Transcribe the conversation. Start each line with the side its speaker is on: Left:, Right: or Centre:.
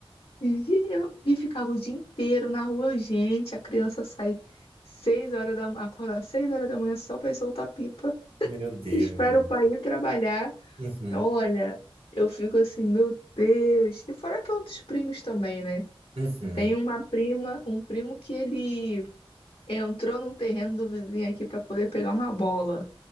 Left: e, eu, e ficava o dia inteiro na rua, gente. A criança sai seis horas da ma- acorda seis horas da manhã só pra ir soltar pipa.
Right: Meu
Left: <laughs>
Right: Deus,
Left: Espera
Right: gente.
Left: o pai ir trabalhar.
Right: Uhum.
Left: Olha, eu fico assim, meu Deus. E fora que outros primos também, né?
Right: Uhum.
Left: Tem uma prima, um primo que ele entrou num terreno do vizinho aqui pra poder pegar uma bola.